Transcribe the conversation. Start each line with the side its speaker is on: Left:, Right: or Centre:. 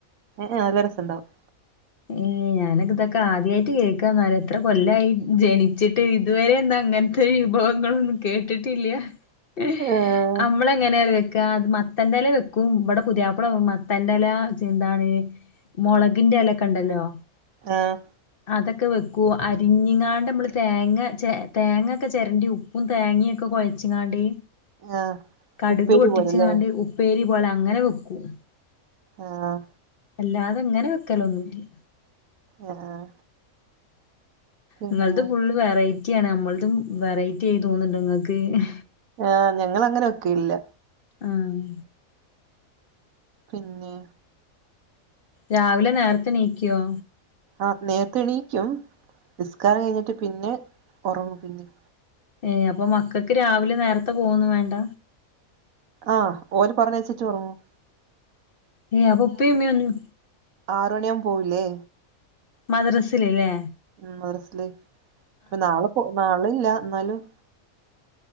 Right: ഏ ഏ നല്ല രസണ്ടാവും
Left: ഏയ് ഞാനൊക്ക ഇതൊക്കെ ആദ്യായിട്ട് കേൾക്കാന്നാല് എത്ര കൊല്ലായി ജനിച്ചി ട്ട് ഇതുവരെ ന്നാ ഇങ്ങന് ത്തെ വിഭവങ്ങളൊന്നും കേട്ടിട്ടില്ല്യ ഏഹ്
Right: ആഹ്
Left: അമ്മളങ്ങനെറിയോ വെക്കാ അത് മത്തൻന്റെറല വെക്കും ഇബടെ പുതിയാപ്പള മത്തൻന്റെല എന്താണ് മൊളകിന്റെലക്കെണ്ടല്ലോ
Right: ആഹ്
Left: അതൊക്കെ വെക്കൂ അരിഞ്ഞ്ങ്ങാണ്ട് നമ്മള് തേങ്ങ ചെ തേങ്ങൊക്കെ ചെരണ്ടി ഉ പ്പും തേങ്ങിയൊക്കെ കൊഴച്ച്ങ്ങാണ്ട്
Right: ആഹ്
Left: കടുക്
Right: ഉപ്പേരി
Left: പൊട്ടിച്ച്ങ്ങാണ്ട്
Right: പോലല്ലേ
Left: ഉ ഉപ്പേരി പോലെ അങ്ങനെ വെക്കും
Right: ആഹ്
Left: അല്ലാതെങ്ങനെ വെക്കലൊന്നുല്ല്യ
Right: ആഹ് പിന്നെ
Left: ഇങ്ങൾത്ത് ഫുൾ വെറൈറ്റി ആണ് നമ്മൾതും വെറൈറ്റി ആയി തോന്നുണ്ടോ ഇങ്ങക്ക് ഈഹ്
Right: ആ ഞങ്ങളങ്ങനെ വെക്കെല്ല
Left: ആഹ്
Right: പിന്നെ
Left: രാവിലെ നേരത്തെനീക്കോ?
Right: ആഹ് നേത്തെണീക്കും നിസ്കാരം കഴിഞ്ഞിട്ട് പിന്നെ ഒറങ്ങും പിന്നിം
Left: ഏയ് അപ്പൊ മക്കക്ക് രാവിലെ നേരത്തെ പോകന്നും വേണ്ട?
Right: ആഹ് ഓര് പറഞ്ഞയച്ചിട്ട് ഒറങ്ങും
Left: ഏഹ് അപ്പൊ ഇപ്പിമ്മിം ഒന്നും
Right: ആറണിയമ്പോ പോവുംല്ലേ
Left: മദ്റസില്ലല്ലേ
Right: ഉം മദ്റസില് പ്പ നാളെ പോ നാളിം ഇല്ല എന്നാലും